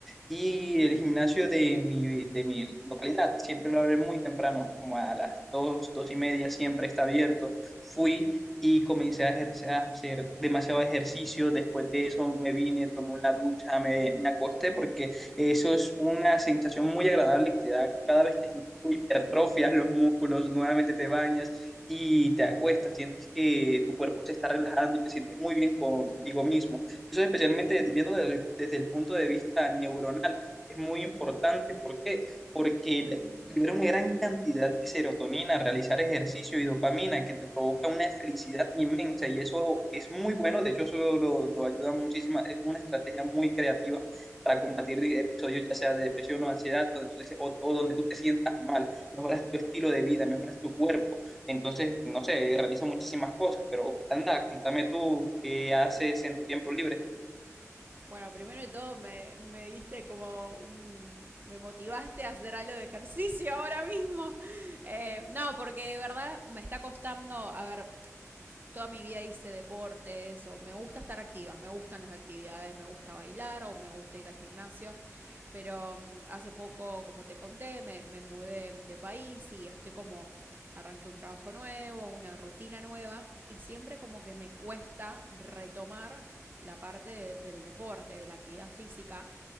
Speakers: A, in the centre; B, on the right.
A: y el gimnasio de mi, de mi localidad siempre lo abre muy temprano, como a las dos, dos y media, siempre está abierto. Fui y comencé a, ejercer, a hacer demasiado ejercicio. Después de eso me vine, tomé una ducha, me, me acosté, porque eso es una sensación muy agradable que te da cada vez que tú hipertrofias los músculos, nuevamente te bañas y te acuestas, sientes que tu cuerpo se está relajando y te sientes muy bien contigo mismo. Eso especialmente viendo desde, desde el punto de vista neuronal es muy importante. ¿Por qué? Porque le- libera una gran cantidad de serotonina, realizar ejercicio y dopamina que te provoca una felicidad inmensa y eso es muy bueno. De hecho, eso lo, lo ayuda muchísimo. Es una estrategia muy creativa para combatir episodios ya sea de depresión o ansiedad donde tú dices- o, o donde tú te sientas mal. Mejoras tu estilo de vida, mejoras tu cuerpo. Entonces, no sé, realiza muchísimas cosas, pero anda, contame tú qué haces en tu tiempo libre.
B: Bueno, primero de todo me, me diste como un... me motivaste a hacer algo de ejercicio ahora mismo. <laughs> Eh, no, porque de verdad me está costando, a ver, toda mi vida hice deportes o me gusta estar activa, me gustan las actividades, me gusta bailar o me gusta ir al gimnasio, pero um, hace poco, como te conté, me, me mudé de país y estoy como arranqué un trabajo nuevo, una rutina nueva y siempre como que me cuesta retomar la parte de, del deporte, de la actividad física,